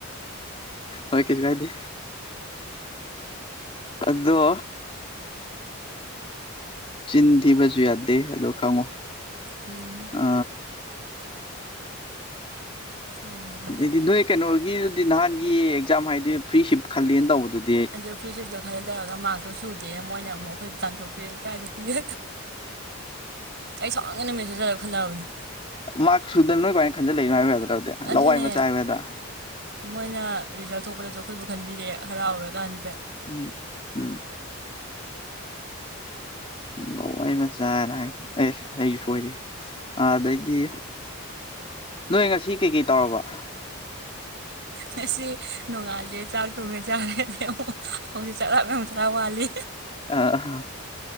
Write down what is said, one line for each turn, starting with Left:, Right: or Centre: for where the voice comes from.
Left: ꯍꯣꯏ ꯀꯩꯁꯨ ꯀꯥꯏꯗꯦ ꯑꯗꯣ ꯆꯤꯟ ꯊꯤꯕꯁꯨ ꯌꯥꯗꯦ ꯑꯗꯣ ꯈꯪꯉꯣ
Right: ꯎꯝ
Left: ꯑ
Right: ꯈꯪꯉꯅꯤ ꯈꯪꯉꯅꯤ
Left: ꯑꯗꯩꯗꯤ ꯅꯣꯏ ꯀꯩꯅꯣꯒꯤꯗꯨꯗꯤ ꯅꯍꯥꯟꯒꯤ ꯑꯦꯛꯖꯥꯝ ꯍꯥꯏꯗꯣꯛ ꯑꯦ ꯐ꯭ꯔꯤ ꯁꯤꯞ ꯈꯜꯂꯦꯅ ꯇꯧꯕ
Right: ꯑꯗꯨ ꯐꯔꯤꯁꯤꯞꯇꯣ ꯈꯜꯂꯦꯅ ꯃꯥꯥꯛꯇꯣ ꯁꯨꯗꯦ ꯃꯣꯏꯅ ꯑꯃꯨꯛ ꯑꯩꯈꯣꯏꯕꯨ ꯇꯥꯟꯊꯣꯛꯄꯤꯔꯛꯑꯦ ꯏꯀꯥꯏꯕ ꯄꯤꯔꯦ ꯑꯩ ꯁꯥꯎꯅꯤꯡꯗꯅ ꯅꯨꯃꯥꯠꯇꯨꯗ ꯈꯥꯠꯅꯕꯅꯤ
Left: ꯃꯥꯔꯛ ꯁꯨꯗꯅ ꯅꯣꯢ ꯀꯃꯥꯏꯅ ꯈꯟꯖꯤꯜꯂꯛꯢꯅꯣ ꯍꯥꯏ ꯌꯥꯗꯔꯣ
Right: ꯑꯗꯨꯅꯦ
Left: ꯂꯋꯥꯏ ꯃꯆꯥ ꯍꯥꯏꯌꯨ ꯌꯥꯗ꯭ꯔꯥ
Right: ꯃꯣꯏꯅ ꯔꯤꯖꯜ ꯊꯣꯛꯄꯗꯁꯨ ꯑꯩꯈꯣꯏꯕꯨ ꯈꯟꯕꯤꯔꯛꯑꯦ ꯍꯔꯥꯎꯔ ꯀꯥꯟꯁꯤꯗ
Left: ꯎꯝ ꯎꯝ ꯂꯋꯥꯏ ꯃꯆꯥꯥꯅ ꯍꯥꯏꯅ ꯑꯦꯁ ꯑꯩ ꯁꯣꯏꯔꯤ ꯑꯗꯩꯗꯤ ꯅꯣꯏ ꯉꯁꯤ ꯀꯩꯀꯩ ꯇꯧꯔꯕ
Right: ꯉꯁꯤ ꯅꯣꯡꯉꯥꯂꯦ ꯆꯥꯛ ꯊꯣꯡꯉꯦ ꯆꯥꯔꯦ ꯍꯧꯖꯤꯛ ꯑꯃꯨꯛ ꯆꯥꯛ ꯂꯥꯝꯃꯦ ꯆꯔꯥ ꯋꯥꯜꯂꯤ
Left: ꯑꯥ ꯑꯥ